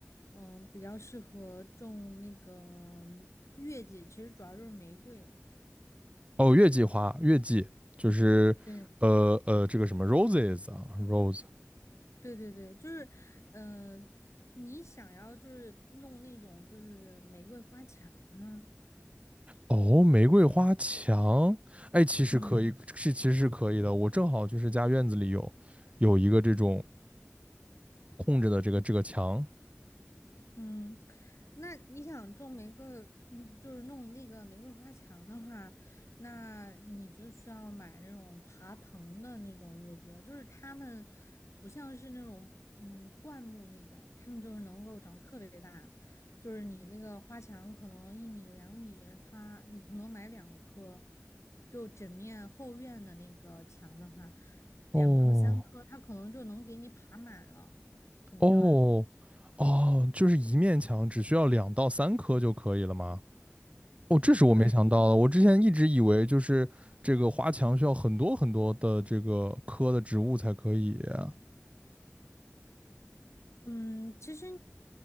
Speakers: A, on the left; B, on the right.
A: 嗯，比较适合种那个月季，其实主要就是玫瑰。
B: 哦，月季花，月季就是呃呃，
A: 对。
B: 这个什么 roses 啊，rose。
A: 对对对，就是，嗯、你想要就是弄那种就是玫瑰花墙吗？
B: 哦，玫瑰花墙，哎，其实可以，
A: 嗯。
B: 是其实是可以的。我正好就是家院子里有有一个这种空着的这个这个墙。
A: 嗯，那你想种玫瑰，嗯，就是弄那个玫瑰花墙的话，那你就需要买那种爬藤的那种月季了。就是它们不像是那种嗯灌木那种，它们就是能够长特别大。就是你那个花墙可能一米两米，它你可能买两棵，就整面后院的那个墙的话，两棵三棵，
B: 哦
A: 它可能就能给你爬满了，很漂亮。
B: 哦哦，就是一面墙只需要两到三棵就可以了吗？哦，这是我没想到的。
A: 对。
B: 我之前一直以为就是这个花墙需要很多很多的这个棵的植物才可以啊。
A: 嗯，其实，